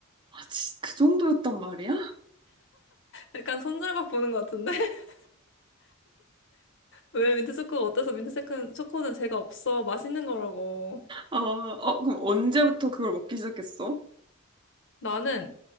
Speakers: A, on the right; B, on the left.
A: 아, 진- 그 정도였단 말이야?
B: 약간 손절각 보는 것 같은데? <laughs> 왜 민트초코가 어때서 민트초코는 제가 없어. 맛있는 거라고.
A: 어, 어, 그럼 언제부터 그걸 먹기 시작했어?
B: 나는